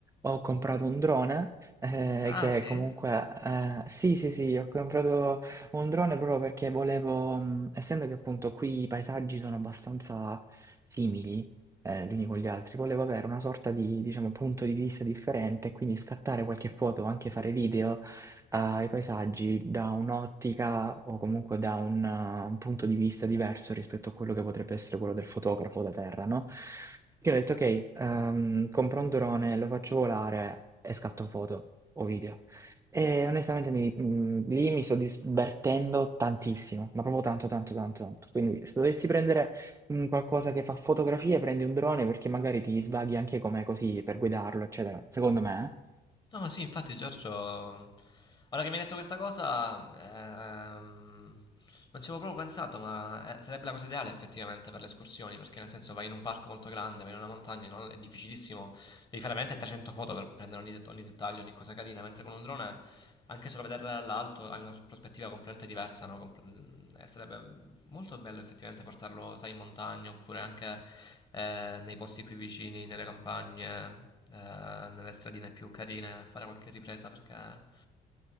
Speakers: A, on the right; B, on the left.
A: ho comprato un drone, eh,
B: Ah,
A: che
B: sì?
A: comunque, eh, sì, sì, sì, ho comprato un drone proprio perché volevo, mm, essendo che appunto qui i paesaggi sono abbastanza simili, eh, gli uni con gli altri, volevo avere una sorta di, diciamo, punto di vista differente, quindi scattare qualche foto, o anche fare video ah, i paesaggi da un'ottica o comunque da un, uh, un punto di vista diverso rispetto a quello che potrebbe essere quello del fotografo da terra, no? Io ho detto, ok, ehm, compro un drone, lo faccio volare e scatto foto o video. E onestamente mi- mh, lì mi sto dis- divertendo tantissimo, ma proprio tanto, tanto, tanto, tanto. Quindi se dovessi prendere un qualcosa che fa fotografie, prendi un drone perché magari ti svaghi anche come così per guidarlo, eccetera. Secondo me, eh.
B: No, sì, infatti Giorgio, ora che mi hai detto questa cosa, ehm, non ci avevo proprio pensato, ma eh, sarebbe la cosa ideale effettivamente per le escursioni, perché nel senso vai in un parco molto grande, vai in una montagna, no? È difficilissimo devi fare veramente 300 foto per prendere ogni, det- ogni dettaglio, ogni cosa carina, mentre con un drone, anche solo vederla dall'alto, hai una prospettiva completamente diversa, no? Compl- eh, sarebbe molto bello effettivamente portarlo, sai, in montagna oppure anche eh, nei posti qui vicini, nelle campagne, eh, nelle stradine più carine, a fare qualche ripresa perché...